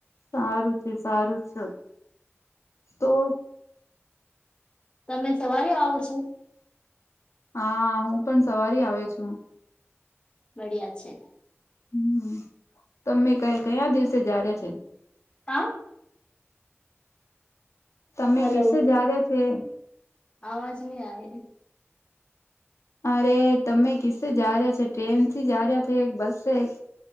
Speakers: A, on the left (about 85°); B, on the left (about 20°).
A: સારું છે સારું છે તો
B: તમે સવારે આવો છો.
A: હા હું પણ સવારી આવે છું.
B: બડિયા છે
A: હમ તમે ક કયા દિવસે જાાર્યા છે.
B: હા
A: તમે
B: હલો
A: કસે જા રહ્યા છે.
B: અવાજ નહી આ
A: અરે તમે કિસ્સે જા રહ્યા છે ટ્રેન થી જા રહ્યા છે એક બસ એક